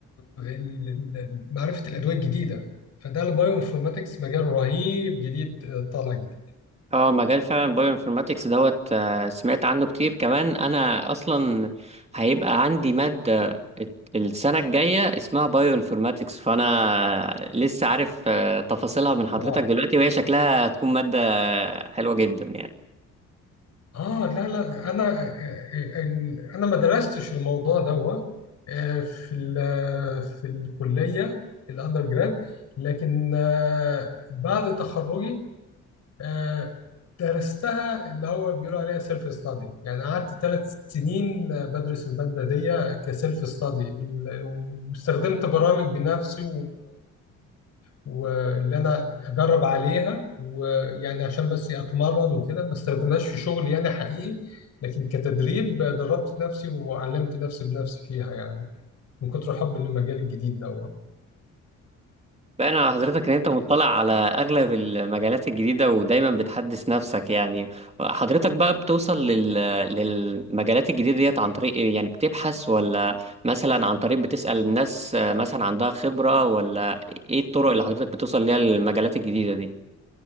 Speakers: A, on the left; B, on the right.
A: ال- معرفة الأدوية الجديدة فده البايو انفورماتكس مجال رهيب جديد آه، طالع جديد
B: اه مجال فعلا البايو انفورماتكس دوت آه، سمعت عنه كتير كمان أنا أصلا هيبقى عندي مادة السنة الجاية اسمها بايو انفورماتكس فأنا لسه عارف آه، تفاصيلها من حضرتك
A: واو
B: دلوقتي وهي شكلها هتكون مادة حلوة جدا يعني
A: اه لا لا انا آه، آه، ال- انا ما درستش الموضوع ده في ال- آه، في الكلية الاندر جراد لكن آه، بعد تخرجي آه، درستها اللي هو بيقولوا عليها سيلف ستادي يعني قعدت ثلاث سنين آه، بدرس المادة دي كسيلف ستادي واستخدمت برامج بنفسي واللي انا اجرب عليها ويعني عشان بس إيه اتمرن وكده ما استخدمهاش في شغل يعني حقيقي لكن كتدريب آه، دربت نفسي وعلمت نفسي بنفسي فيها يعني من كتر حبي للمجال الجديد ده
B: باين على حضرتك ان انت مطلع على اغلب المجالات الجديدة ودايما بتحدث نفسك يعني حضرتك بقى بتوصل لل... للمجالات الجديدة ديت عن طريق ايه يعني بتبحث ولا مثلا عن طريق بتسأل الناس آه، مثلا عندها خبرة ولا ايه الطرق اللي حضرتك بتوصل ليها للمجالات الجديدة دي